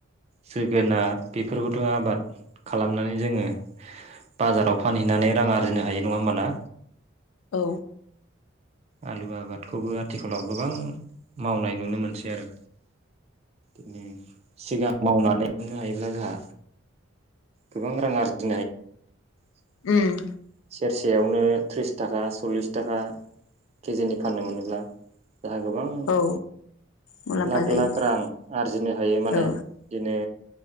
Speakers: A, on the right; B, on the left.
A: जोगोनार बेफोरखौथ' आबाद खालामनानै जोङो बाजाराव फानहैनानै रां आर्जिनो हायो नङा होमबाना
B: औ
A: आलु आबादखौबो आथिखालाव गोबां मावनाय नुनो मोनसै आरो ओम सिगां मावनानै दिहुननो हायोब्ला जोंहा गोबां रां आरजि <unintelligible>
B: उम
A: सेरसेयावनो थ्रिस थाखा सल्लिस थाखा केजिनि फाननो मोनोब्ला जाहा गोबां
B: औ मुलाम्फा
A: लाख
B: जायो
A: लाख रां आरजिनो हायो माने
B: औ
A: बिदिनो